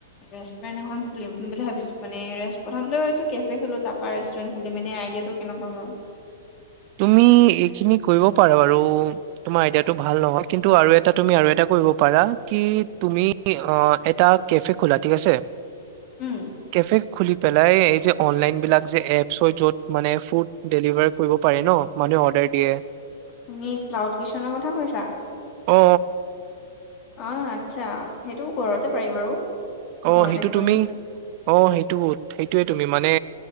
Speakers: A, on the left (about 35°); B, on the right (about 45°).
A: ৰেষ্টুৰেণ্ট এখন খুলিম বুলি ভাবিছো মানে ৰেষ্ট প্ৰথমতে ভাবিছো কেফে খোলো তাৰ পৰা ৰেষ্টুৰেণ্ট খুলিম এনেই আইডিয়াটো কেনেকুৱা বাৰু?
B: তুমি এইখিনি কৰিব পাৰা বাৰু তোমাৰ আইডিয়াটো ভাল নহয়, কিন্তু আৰু এটা তুমি আৰু এটা কৰিব পাৰা কি তুমি অঁ এটা কেফে খোলা ঠিক আছে।
A: উম
B: কেফে খুলি পেলাই এই যে অনলাইন বিলাক যে এপছ হয় য'ত মানে ফুড ডেলিভাৰ কৰিব পাৰি ন মানুহে অৰ্ডাৰ দিয়ে
A: তুমি ক্লাউড কিটচেনৰ কথা কৈছা?
B: অ
A: অঁ আচ্ছা, সেইটো ঘৰতে পাৰি বাৰু।
B: অঁ
A: ঘৰতে
B: সেইটো
A: কৰি
B: তুমি
A: পিনে
B: অঁ সেইটোত। সেইটোৱে তুমি মানে